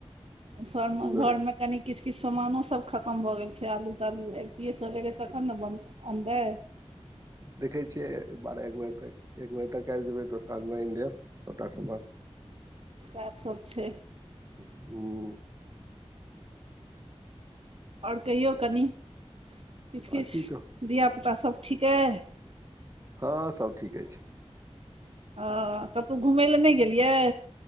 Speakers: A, on the right; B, on the right.
A: सभ
B: दू बेर
A: घरमे कनी किछु किछु सामानो सभ खतम भऽ गेल छैय आलू तालू अबितिये सभ गेलै तखन ने बनतौ। अनबै
B: देखै छियै बारह एक बजेक एक बजे तक आबि जेबै तऽ साँझमे आनि देब सभटा समान।
A: सात सै छैय।
B: <unintelligible>
A: और कहियौ कनि <inaudible> किछ किछ
B: आर की कहू
A: धियापुता सब ठीक हैय।
B: ह सब ठीक ऐछै
A: आ कतौ धुमै लए नै गेलियै।